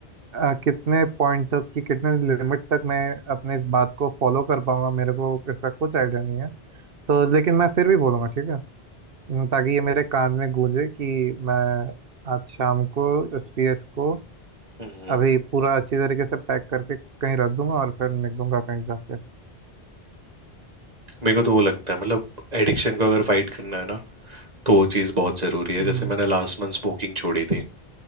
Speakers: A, on the right (about 65°); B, on the right (about 40°).
A: अ, कितने पॉइंट तक की कितने लिमिट तक मैं अपने इस बात को फॉलो कर पाऊंगा मेरे को इसका कुछ आइडिया नहीं है तो लेकिन मैं फिर भी बोलूंगा ठीक है अम, ताकि ये मेरे कान में गूंजे कि मैं आज शाम को एस पी एस को
B: हम्म,
A: अभी पूरा अच्छी तरीके से पैक करके कहीं रख दूंगा और फिर निकलूंगा कहीं जाके
B: मेरे को तो वो लगता है मतलब एडिक्शन को अगर फाइट करना है ना तो वो चीज़ बहुत ज़रूरी है
A: हम्म
B: जैसे मैंने लास्ट मंथ स्मोकिंग छोड़ी थी